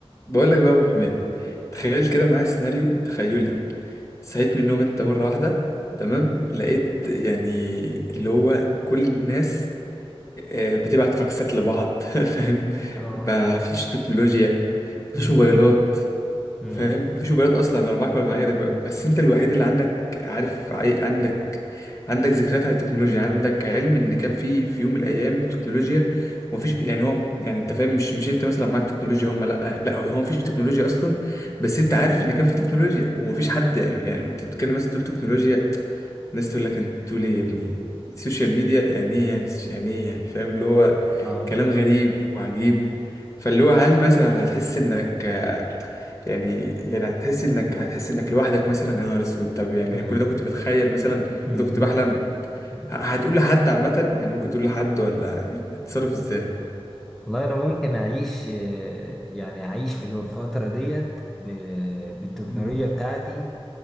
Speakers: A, on the left; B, in the centre.
A: بقول لك بقى يا ابو حميد تخيل كده معايا سيناريو تخيلي صحيت من النوم انت مره واحده تمام لقيت يعني اللي هو كل الناس آه، بتبعت فاكسات لبعض <laughs> فاهم
B: اه
A: ما فيش تكنولوجيا ما
B: مم.
A: فيش موبايلات
B: مم.
A: فاهم مفيش موبايلات اصلا ولا معاك ولا مع غيرك بقى بس انت الوحيد اللي عندك عارف عي... عندك عندك ذكريات عن التكنولوجيا عندك علم ان كان في في يوم من الايام تكنولوجيا ومفيش يعني هو يعني انت فاهم مش مش انت مثلا معاك تكنولوجيا هم لا لا هو مفيش تكنولوجيا اصلا بس انت عارف ان كان في تكنولوجيا ومفيش حد يعني انت تتكلم مثلا تقول تكنولوجيا الناس تقول لك انت تقول ايه يا ابني السوشيال ميديا يعني ايه يعني يعني ايه يعني فاهم اللي هو
B: اه
A: كلام غريب وعجيب فاللي هو هل مثلا هتحس انك يعني يعني هتحس انك هتحس انك لوحدك مثلا يا نهار اسود طب يعني
B: مم.
A: كل ده كنت بتخيل مثلا كل
B: مم.
A: ده كنت بحلم
B: مم.
A: ه- هتقول لحد عامة يعني ممكن تقول لحد ولا يعني تتصرف ازاي
B: والله انا ممكن اعيش آه، يعني اعيش في الفتره ديت ب- بالتكنولوجيا
A: مم.
B: بتاعتي